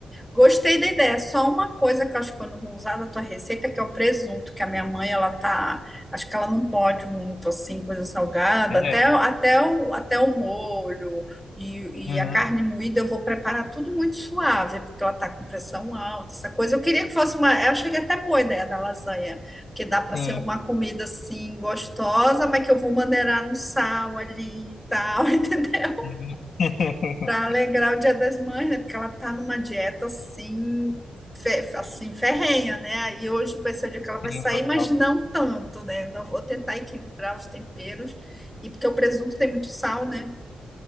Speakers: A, in the centre; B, on the left (about 60°).
A: Gostei da ideia. Só uma coisa que eu acho que eu não vou usar da tua receita, que é o presunto, que a minha mãe, ela tá, acho que ela não pode muito assim, coisa salgada,
B: É,
A: até até o, até o molho e,
B: uhum,
A: e a carne moída eu vou preparar tudo muito suave, porque ela tá com pressão alta, essa coisa. Eu queria que fosse uma, eu achei que até boa a ideia da lasanha, que dá para
B: sim,
A: ser uma comida assim gostosa, mas que eu vou maneirar no sal ali e tal, <laughs> entendeu?
B: sim, <laughs>
A: Para alegrar o Dia das Mães, né? Porque ela tá numa dieta assim, fe- assim ferrenha, né? Aí hoje vai ser o dia que ela vai
B: sim,
A: sair,
B: total.
A: mas não tanto, né? Ainda vou tentar equilibrar os temperos. E porque o presunto tem muito sal, né?